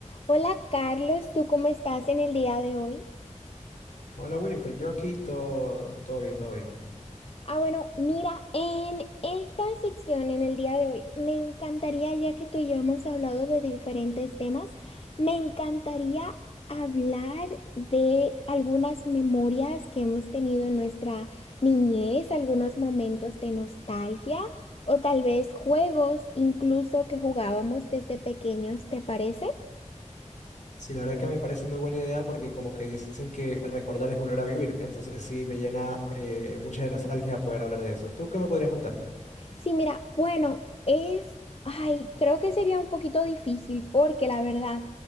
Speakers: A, on the left; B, on the left.
A: Hola Carlos, ¿tú cómo estás en el día de hoy?
B: Hola Winifred, yo aquí todo, todo bien, todo bien.
A: Ah, bueno, mira, en esta sección, en el día de hoy, me encantaría, ya que tú y yo hemos hablado de diferentes temas, me encantaría hablar de algunas memorias que hemos tenido en nuestra niñez, algunos momentos de nostalgia o tal vez juegos incluso que jugábamos desde pequeños, ¿te parece?
B: Sí, la verdad que me parece muy buena idea porque como que dicen que recordar es volver a vivir, entonces sí me llena eh, mucha de nostalgia poder hablar de eso. ¿Tú qué me podrías contar?
A: Sí, mira, bueno, es, ay, creo que sería un poquito difícil porque la verdad,